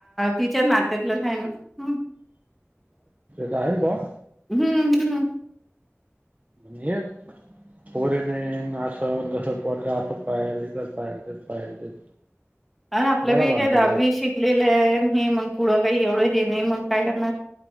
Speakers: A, in the centre; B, on the right.
A: तिच्या नात्यातलंच आहे. ना हम
B: राहेल भा-
A: हम्म हम्म.
B: ण पोरी नाही अस तस पोरगा असच पाहिजेल, तेच पाहिजेल तेच
A: आपलं
B: बरा
A: बी
B: भानगड
A: काही दहावी
B: राहते
A: शिकलेलं आहे. ह मग पुढं काही एवढं म्हणून काय करणार?